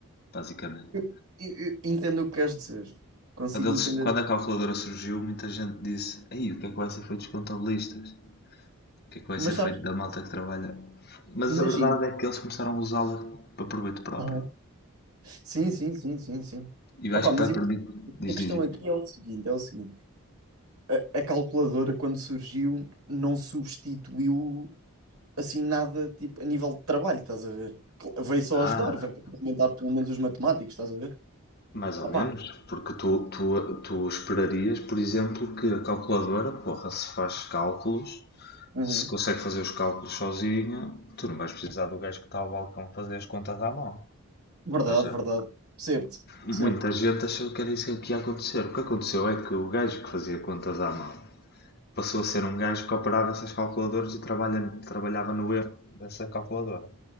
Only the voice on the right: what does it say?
Eu, eu- eu entendo o que queres dizer, consigo
entender,
mas
sabes,
imagina.
Aham. Sim, sim, sim, sim, sim.
Opa,
mas
imagina,
a questão
aqui é o seguinte, é o seguinte. A, a calculadora, quando surgiu, não substituiu assim nada tipo a nível de trabalho, estás a ver? Cl- Veio só
ajudar, veio complementar pelo menos os matemáticos, estás a ver?
Opa,
uhum.
Verdade,
verdade. Percebo-te, percebo-te.